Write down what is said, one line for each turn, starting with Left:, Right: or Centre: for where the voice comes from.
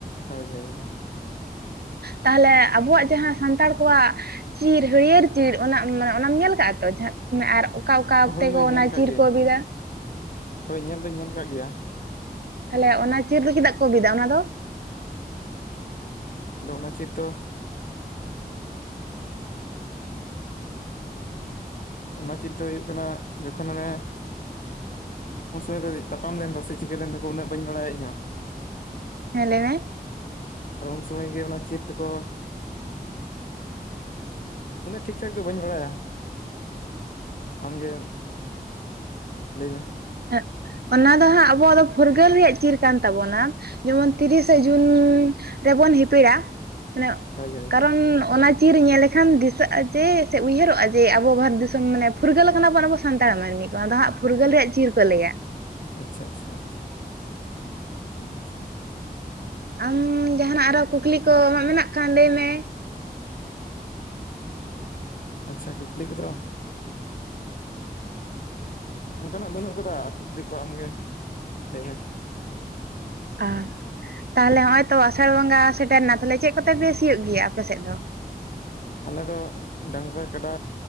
Left: ᱦᱳᱭ ᱦᱳᱭ ᱦᱳᱭ
Right: ᱛᱟᱦᱚᱞᱮ ᱟᱵᱚᱣᱟᱜ ᱡᱟᱦᱟᱸ ᱥᱟᱱᱛᱟᱲ ᱠᱚᱣᱟᱜ ᱪᱤᱨ ᱦᱟᱹᱨᱭᱟᱹᱲ ᱪᱤᱨ ᱚᱱᱟ ᱢᱟᱱᱮ ᱚᱱᱟᱢ ᱧᱮᱞ ᱠᱟᱜᱼᱟ ᱛᱚ ᱡᱟᱦᱟᱸ ᱟᱨ ᱚᱠᱟ ᱚᱠᱟ
Left: ᱚ
Right: ᱚᱠᱛᱮ
Left: ᱦᱳᱭ
Right: ᱠᱚ
Left: ᱦᱳᱭ ᱧᱮᱞ
Right: ᱚᱱᱟ
Left: ᱠᱟᱜ
Right: ᱪᱤᱨ
Left: ᱜᱤᱭᱟᱹᱧ
Right: ᱠᱚ ᱵᱤᱫᱼᱟ
Left: ᱦᱳᱭ ᱧᱮᱞ ᱫᱩᱧ ᱧᱮᱞ ᱟᱠᱟᱫ ᱜᱮᱭᱟ
Right: ᱛᱟᱦᱚᱞᱮ ᱚᱱᱟ ᱪᱤᱨ ᱫᱚ ᱪᱮᱫᱟᱜ ᱠᱚ ᱵᱤᱫᱟ ᱚᱱᱟ ᱫᱚ
Left: ᱟᱫᱚ ᱚᱱᱟ ᱪᱮᱫ ᱫᱚ ᱚᱱᱟ ᱪᱤᱨ ᱫᱚ ᱦᱩᱭᱩᱜ ᱠᱟᱱᱟ ᱡᱚᱠᱷᱚᱱ ᱚᱱᱮ ᱩᱱ ᱥᱚᱢᱚᱭ ᱫᱚ ᱛᱟᱯᱟᱢ ᱞᱮᱱ ᱫᱚ ᱥᱮ ᱪᱤᱠᱟᱹ ᱞᱮᱱ ᱫᱚᱠᱚ ᱩᱱᱟᱹᱜ ᱵᱟᱹᱧ ᱵᱟᱲᱟᱭᱟ ᱤᱧ ᱦᱚᱸ
Right: ᱦᱮᱸ ᱞᱟᱹᱭ ᱢᱮ
Left: ᱟᱫᱚ ᱩᱱ ᱥᱚᱢᱚᱭ ᱜᱮ ᱚᱱᱟ ᱪᱤᱨ ᱫᱚᱠᱚ ᱩᱱᱟᱹᱜ ᱴᱷᱤᱠ ᱴᱷᱟᱠ ᱫᱚ ᱵᱟᱹᱧ ᱵᱟᱲᱟᱭᱟ ᱟᱢᱜᱮ ᱞᱟᱹᱭ ᱢᱮ
Right: ᱦᱮᱸ ᱚᱱᱟ ᱫᱚ ᱦᱟᱸᱜ ᱟᱵᱚᱣᱟᱜ ᱫᱚ ᱯᱷᱩᱨᱜᱟᱹᱞ ᱨᱮᱭᱟᱜ ᱪᱤᱨ ᱠᱟᱱ ᱛᱟᱵᱚᱱᱟ ᱡᱮᱢᱚᱱ ᱛᱤᱨᱤᱥᱮ
Left: ᱟᱪᱪᱷᱟ
Right: ᱡᱩᱱ ᱨᱮᱵᱚᱱ ᱦᱤᱯᱤᱲᱟ ᱢᱟᱱᱮ
Left: ᱦᱳᱭ ᱦᱳᱭ
Right: ᱠᱟᱨᱚᱱ ᱚᱱᱟ ᱪᱤᱨ ᱧᱮᱞ <inaudible> ᱠᱷᱟᱱ ᱫᱤᱥᱟᱹᱜᱼᱟ ᱡᱮ ᱥᱮ ᱩᱭᱦᱟᱹᱨᱚᱜᱼᱟ ᱡᱮ ᱟᱵᱚ ᱵᱷᱟᱨᱚᱛ ᱫᱤᱥᱚᱢ ᱢᱟᱱᱮ ᱯᱷᱩᱨᱜᱟᱹᱞ ᱠᱟᱱᱟᱵᱚᱱ ᱟᱵᱚ ᱥᱟᱱᱛᱟᱲ ᱢᱟᱹᱱᱢᱤ ᱠᱚ ᱫᱚ ᱦᱟᱸᱜ ᱯᱷᱩᱨᱜᱟᱹᱞ ᱨᱮᱭᱟᱜ ᱪᱤᱨ ᱠᱚ ᱞᱟᱹᱭᱟ
Left: ᱟᱪᱪᱷᱟ ᱟᱪᱪᱷᱟ <inaudible>
Right: ᱟᱢ ᱡᱟᱦᱟᱱᱟᱜ ᱟᱨᱚ ᱠᱩᱠᱞᱤ ᱠᱚ ᱟᱢᱟᱜ ᱢᱮᱱᱟᱜ ᱠᱷᱟᱱ ᱞᱟᱹᱭ ᱢᱮ
Left: ᱟᱪᱪᱷᱟ ᱠᱩᱠᱞᱤ ᱠᱚ ᱫᱚ ᱚᱱᱠᱟᱱᱟᱜ ᱵᱟᱹᱱᱩᱜ ᱟᱠᱟᱫᱟ ᱠᱩᱠᱞᱤ ᱠᱚ ᱟᱢᱜᱮ ᱞᱟᱹᱭ ᱢᱮ
Right: ᱟ <unintelligible> ᱛᱟᱦᱚᱞᱮ ᱱᱚᱜ ᱚᱭ ᱛᱚ ᱟᱥᱟᱲ ᱵᱚᱸᱜᱟ ᱥᱮᱴᱮᱨ ᱮᱱᱟ ᱛᱟᱦᱚᱞᱮ ᱪᱮᱫ ᱠᱚᱛᱮ ᱯᱮ ᱥᱤᱭᱟᱹ ᱜᱮᱭᱟ ᱟᱯᱮᱥᱮᱫ ᱫᱚ
Left: ᱟᱞᱮ ᱫᱚ ᱰᱟᱝᱨᱟ ᱠᱟᱰᱟ